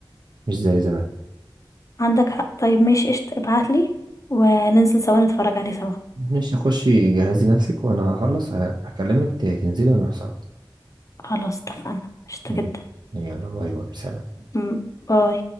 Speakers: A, on the right; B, on the left.
A: مش زي زمان
B: عندك حق طيب ماشي قشطة ابعتلي وننزل سوا نتفرج عليه سوا
A: مش هخشي جهزي نفسك وانا هخلص هلا- هكلمك ت- تنزلي ونروح سوا
B: خلاص اتفقنا قشطة
A: مم.
B: جدا
A: يلا باي باي سلام
B: مم، باي